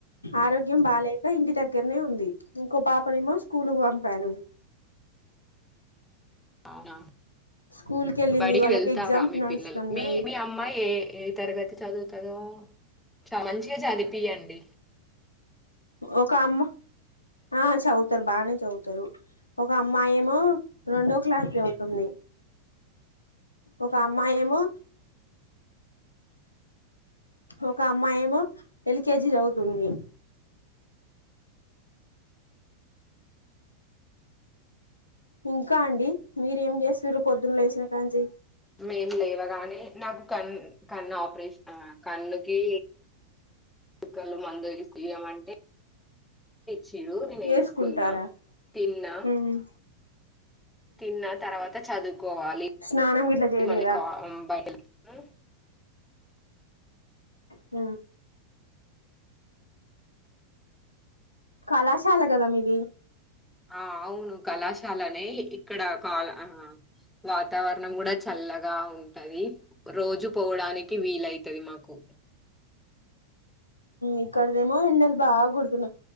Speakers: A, on the left; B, in the centre.
A: ఆరోగ్యం బాలేేక ఇంటి దగ్గరనే ఉంది ఇంకో పాపనేమో కూలుకు వంపాను
B: అవునా
A: స్కూల్ కెళ్ళింది
B: బడికి
A: వాళ్ళకి
B: వెళ్త
A: ఎగ్జామ్స్
B: రా మీ
A: నడుస్తున్నాయి
B: పిల్లలు మీ మీ అమ్మాయి ఏ ఏ తరగతి చదువుతదో చాలా మంచిగా చదివిపియండి
A: ఒక అమ్మ ఆ చదువుతారు బానే చదువుతారు ఒక అమ్మాయి ఏమో రెండో క్లాస్ చదువుతుంది ఒక అమ్మాయి ఏమో ఒక అమ్మాయి ఏమో ఎల్కేజీ చదు తుంది ఇంకా అండి మీరేం చే సిరు పొద్దున్న లేసినా కాంచి
B: మేం లేవగానే నాకు క కన్ను ఆపరేషన్ కన్నుకి క్కలు మందు ఇపుడు ఇయమంటే చరు నేను వేసుకున్నా
A: వేసుకుంటారా
B: తిన్నా
A: మ్మ్
B: తిన్నా తర్వాత చదువు కోవాలి
A: స్నానం గిట్లా చేయలేదా
B: మళ్ళీ కా ఊ బయ ఉ
A: అ కళాశాల కదా మీది
B: ఆ అవును కళాశాలనే ఇక్కడ కాల ఆ వాతావరణం కూడా చల్లగా ఉంటది రోజు పోవడానికి వీలైతది మాకు
A: ఇక్కడదేమో ఎండలు బాగా కుడుతున్నాయి